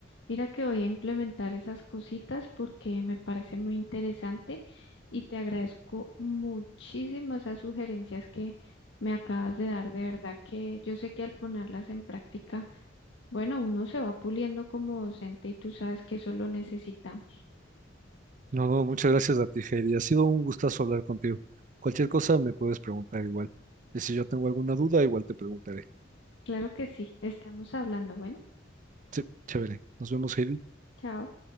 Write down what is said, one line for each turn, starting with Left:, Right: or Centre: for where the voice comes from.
Left: Mira que voy a implementar esas cositas porque me parece muy interesante y te agradezco muchísimo esas sugerencias que me acabas de dar. De verdad que yo sé que al ponerlas en práctica, bueno, uno se va puliendo como docente y tú sabes que eso lo necesitamos.
Right: No, no, muchas gracias a ti, Heidi. Ha sido un gustazo hablar contigo. Cualquier cosa me puedes preguntar igual. Y si yo tengo alguna duda, igual te preguntaré.
Left: Claro que sí, estamos hablando. Bueno,
Right: Sí, chévere. Nos vemos, Heidi.
Left: chao.